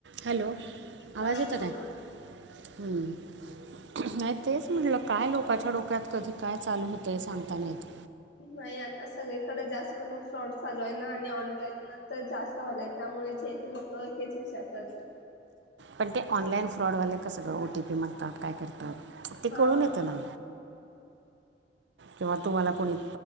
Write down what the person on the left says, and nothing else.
हा
बोला.
नाही आता सगळीकडे जास्त करून फ्रॉड चालू आहे ना, आणि ऑनलाईन तर जास्त सल त्यामुळे जेथ लोक हेच विचार करतात.
हा